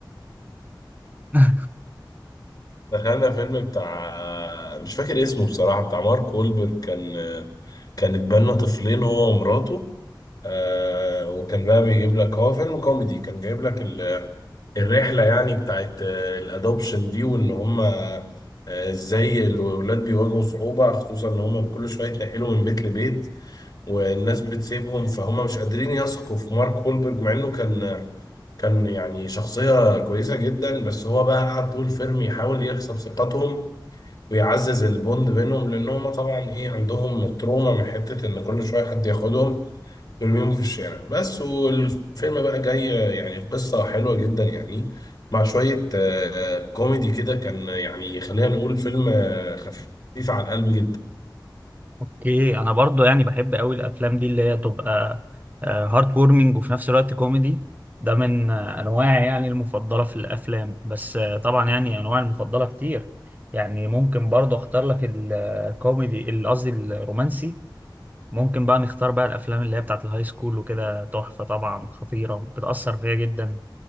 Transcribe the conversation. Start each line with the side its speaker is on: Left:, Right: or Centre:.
Right: <laughs>
Left: دخلنا فيلم بتاع مش فاكر اسمه بصراحة بتاع مارك وولبرج كان كان اتبنى طفلين هو ومراته آه، وكان بقى بيجيب لك هو فيلم كوميدي كان جايب لك ال الرحلة يعني بتاعت آه، الادوبشن دي وان هم آه، ازاي الولاد بيواجهوا صعوبة خصوصا ان هم كل شوية يتنقلوا من بيت لبيت والناس بتسيبهم فهم مش قادرين يثقوا في مارك وولبرج مع انه كان كان يعني شخصية كويسة جدا بس هو بقى قعد طول الفيلم يحاول يكسب ثقتهم ويعزز البوند بينهم لان هم طبعا ايه عندهم تروما من حتة ان كل شوية حد ياخدهم ترميهم في الشارع بس والفيلم بقى جاي يعني القصة حلوة جدا يعني مع شوية آه، كوميدي كده كان يعني خلينا نقول فيلم آه، خفيف على القلب جدا
Right: اوكي انا برضو يعني بحب قوي الافلام دي اللي هي تبقى هارت وورمنج وفي نفس الوقت كوميدي ده من آه، انواعي يعني المفضله في الافلام بس آه، طبعا يعني انواع المفضله كتير يعني ممكن برضو اختار لك الكوميدي ال- قصدي الرومانسي ممكن بقى نختار بقى الافلام اللي هي بتاعت الهاي سكول وكده تحفه طبعا خطيره بتاثر فيا جدا